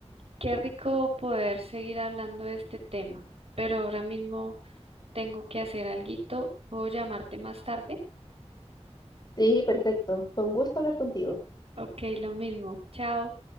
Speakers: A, on the right; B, on the left.
A: qué rico poder seguir hablando de este tema, pero ahora mismo tengo que hacer alguito. ¿Puedo llamarte más tarde?
B: Sí, perfecto. Fue un gusto hablar contigo.
A: Ok, lo mismo. Chao.